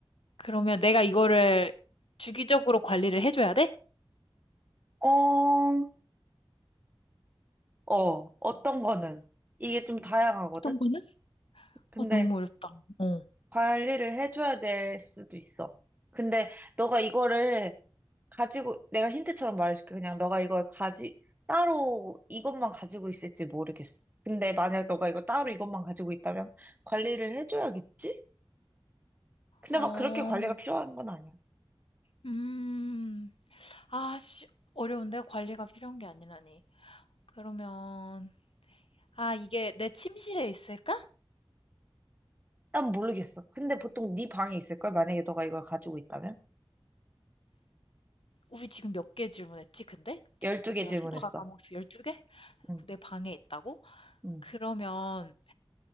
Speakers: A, on the left; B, on the right.
A: 그러면 내가 이거를 주기적으로 관리를 해줘야 돼?
B: 어, 어, 어떤 거는? 이게 좀 다양하거든?
A: 어떤 거는?
B: 근데
A: 아, 너무 어렵다. 어.
B: 관리를 해줘야 될 수도 있어. 근데 너가 이거를 가지고, 내가 힌트처럼 말해줄게. 그냥 너가 이걸 가지, 따로 이것만 가지고 있을지 모르겠어. 근데 만약 너가 이거 따로 이것만 가지고 있다면 관리를 해줘야겠지? 근데
A: 어,
B: 막 그렇게 관리가 필요한 건 아니야.
A: 음. 아씨, 어려운데 관리가 필요한 게 아니라니. 그러면, 아, 이게 내 침실에 있을까?
B: 난 모르겠어. 근데 보통 네 방에 있을걸? 만약에 너가 이걸 가지고 있다면?
A: 우리 지금 몇 개 질문했지, 근데? 지금
B: 12개
A: 내가
B: 질문했어.
A: 세다가 까먹었어. 12개?
B: 응,
A: 내 방에 있다고?
B: 응.
A: 그러면,